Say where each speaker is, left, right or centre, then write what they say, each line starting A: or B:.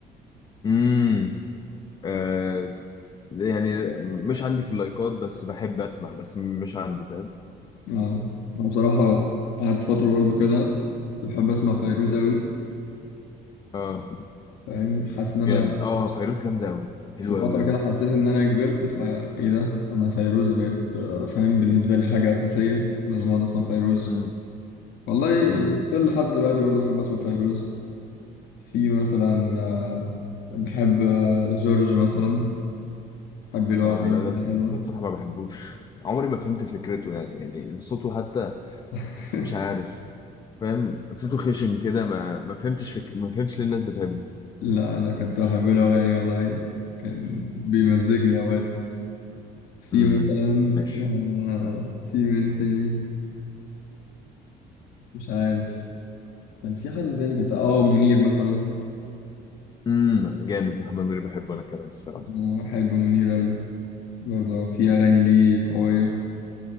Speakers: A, on the left; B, on the left.
A: امم آه يعني مش عندي في اللايكات بس بحب اسمع بس مش عندي فاهم
B: اه انا بصراحة قعدت فترة برضو كده كنت بحب اسمع فيروز قوي
A: اه
B: فاهم حاسس ان انا
A: جامد اه فيروز جامدة قوي حلوة
B: في فترة
A: قوي قوي
B: كده حسيت ان انا كبرت فا ايه ده انا فيروز بقت آه، فاهم بالنسبة لي حاجة اساسية لازم اقعد اسمع فيروز
A: امم
B: والله يعني
A: امم
B: ستيل لحد دلوقتي برضو بحب اسمع فيروز في مثلا آه، بحب آه، جورج مثلا بحب له
A: اه
B: اغاني
A: لا ده
B: كده
A: ده
B: حلوة
A: الصراحة ما بحبوش عمري ما فهمت فكرته يعني يعني صوته حتى
B: <laughs>
A: مش عارف فاهم صوته خشن كده ما ما فهمتش فك... ما فهمتش ليه الناس بتحبه
B: لا انا كنت بحب له اغاني والله كان بيمزجني اوقات في
A: امم
B: مثلا
A: ماشي
B: آه في من تاني مش عارف كان في حد تاني كنت اه منير مثلا
A: امم جامد محمد منير بحبه انا كمان الصراحه
B: أنا بحب منير اوي برضه في اغاني ليه قوية